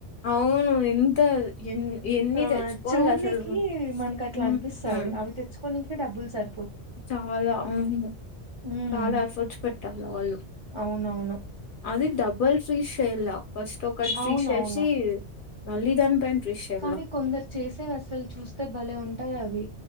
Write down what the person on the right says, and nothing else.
ఆ
చూడ్నికి మనకు అట్లా
అనిపిస్తుంది అవి తెచ్చు కొని ఇంట్లో డబ్బులు సారి
ఉమ్
అవునవును
అవునవును
కానీ కొందరు చేసేవి అసలు చూస్తే భలే ఉంటాయి అవి